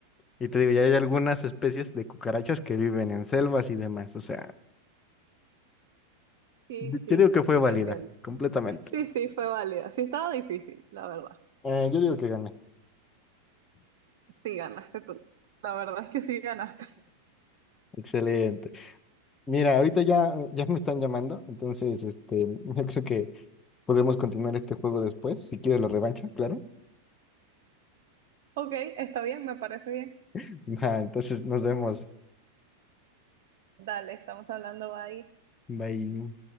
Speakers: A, on the left; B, on the right.
A: Y te digo, ya hay algunas especies de cucarachas que viven en selvas y demás. O sea,
B: Sí,
A: yo
B: sí,
A: yo digo que
B: sí,
A: fue
B: sí,
A: válida,
B: te entiendo.
A: completamente.
B: Sí, sí, fue válida. Sí, estaba difícil, la verdad.
A: Eh, yo digo que gané.
B: Sí, ganaste tú. La verdad es que sí ganaste.
A: Excelente. Mira, ahorita ya, ya me están llamando, entonces este, <laughs> yo creo que podremos continuar este juego después, si quieres la revancha, claro.
B: <laughs> Ok, está bien, me parece bien.
A: <laughs> Va, entonces nos vemos.
B: Dale, estamos hablando ahí.
A: Bye.